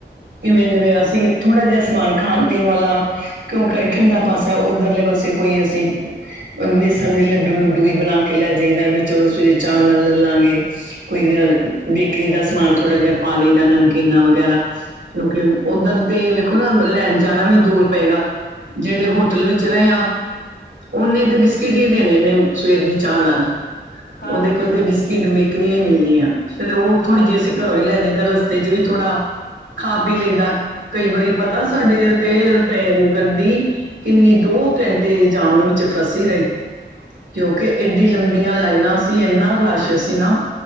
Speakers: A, on the right (about 80°); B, on the left (about 75°).
A: ਕਿਵੇਂ ਜਿਵੇਂ ਅਸੀਂ ਥੋੜ੍ਹਾ ਜਿਹਾ ਸਮਾਨ ਖਾਣ ਪੀਣ ਵਾਲਾ। ਕਿਉਂਕਿ ਇਹ ਠੰਢਾ ਪਾਸਾ ਉਹ। ਪਰਲੇ ਪਾਸੇ ਕੋਈ ਅਸੀਂ। ਔਰ ਬੇਸਣ ਦੇ ਲੱਡੂ। ਲੱਡੂ ਲੁੱਡੂ ਵੀ ਬਣਾ ਕੇ ਲੈ ਜਾਈਦਾ ਵੀ ਚਲੋ ਸਵੇਰੇ ਚਾਹ ਨਾਲ ਲੈ ਲਾਂਗੇ ਕੋਈ ਬੇਕਰੀ ਦਾ ਸਮਾਨ ਥੋੜਾ ਜਿਹਾ ਪਾ ਲਈ ਦਾ ਨਮਕੀਨਾ ਵਗੈਰਾ। ਕਿਉਂਕਿ ਹੁਣ ਉੱਧਰ। ਤੇ ਵੇਖੋ ਨਾ ਲੈਣ ਜਾਣਾ ਵੀ ਦੂਰ ਪਏਗਾ ਜਿਹੜੇ ਹੋਟਲ ਵਿੱਚ ਰਹੇ ਆ ਉਹਨੇ ਤਾਂ ਬਿਸਕਿਟ ਹੀ ਦੇਣੇ ਨੇ ਸਵੇਰ ਦੀ ਚਾਹ ਨਾਲ?
B: ਹਾਂਜੀ
A: ਉਹਦੇ ਕੋਲ ਤੇ
B: ਹਾਂਜੀ
A: ਬਿਸਕਿਟ ਬੇਕਰੀ ਹੀ ਮਿਲਣੀ ਹੈ। ਮਿਆਉਂ। ਫੇਰ ਉਹ ਥੋੜੀ
B: ਹਾਂਜੀ
A: ਜਿਹੀ ਅਸੀਂ ਘਰੋਂ ਹੀ ਲੈ ਜਾਂਦਾ ਰਸਤੇ ਚ ਵੀ ਥੋੜਾ। ਖਾ ਪੀ ਲਈ ਲੈਂਦਾ ਹੈ। ਕਈ ਵਾਰੀ
B: ਹਾਂਜੀ
A: ਪਤਾ ਸਾਡੇ ਇੱਥੇ? ਟਰੇਨ ਗੱਡੀ ਕਿੰਨੀ ਦੋ ਘੰਟੇ ਜਾਮ ਵਿੱਚ ਫਸੀ ਰਹੀ ਕਿਉਂਕਿ ਐਏਡੀ ਲੰਬੀਆਂ ਲਾਈਨਾਂ ਸੀ ਇੰਨਾ ਰਸ਼ ਸੀ ਨਾ।